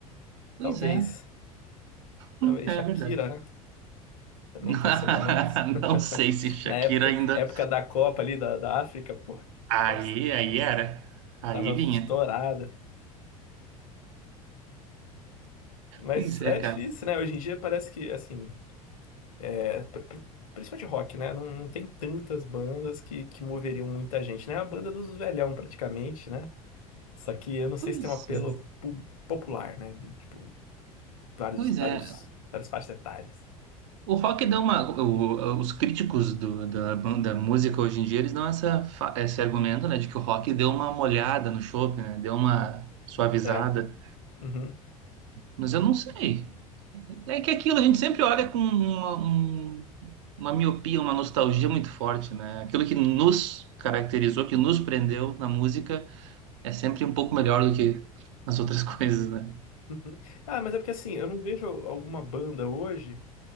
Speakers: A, on the right; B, on the left.
A: pois
B: Talvez.
A: é,
B: Talvez
A: Hum, é
B: Shakira,
A: verdade.
B: né? Também
A: <laughs>
B: teve seu momento. <laughs>
A: Não sei se Shakira
B: Na época,
A: ainda.
B: época da Copa ali da, da África, pô,
A: Aí,
B: tava
A: aí era. Aí
B: tava
A: vinha.
B: estourada. Mas
A: Pois
B: é
A: é, cara.
B: difícil, né? Hoje em dia parece que, assim, é, pr- pr- principalmente rock, né? Não, não tem tantas bandas que, que moveriam muita gente, né? É a banda dos velhão, praticamente, né? Só que eu não sei
A: Pois,
B: se tem um apelo
A: é,
B: pu- popular, né? Tipo, vários,
A: pois
B: vários,
A: é.
B: várias faixas etárias.
A: O rock dá uma. o- os críticos do- da, ban- da música hoje em dia, eles dão essa, fa- esse argumento, né, de que o rock deu uma molhada no chopp, né, deu uma suavizada.
B: É. Uhum,
A: Mas eu não sei. É que aquilo, a gente sempre olha com uma, um- uma miopia, uma nostalgia muito forte, né? Aquilo que nos caracterizou, que nos prendeu na música, é sempre um pouco melhor do que as outras <laughs> coisas, né?
B: uhum. Ah, mas é porque assim, eu não vejo alguma banda hoje.